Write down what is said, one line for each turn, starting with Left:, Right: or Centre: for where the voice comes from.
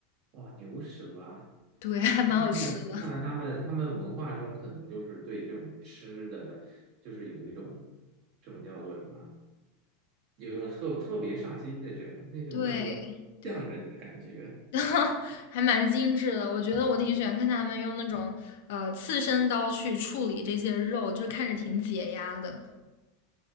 Right: 哇牛舌啊。
Left: 对，还蛮好吃的。
Right: 看他们看来他们他们文化中可能就是对这种吃的，就是有一种这种叫做什么，有一种特特别上心的这种那种叫做匠人的感觉。
Left: 对对，<laughs> 然后还蛮精致的。我觉得我挺喜欢看他们用那种呃刺身刀去处理这些肉，就是看着挺解压的。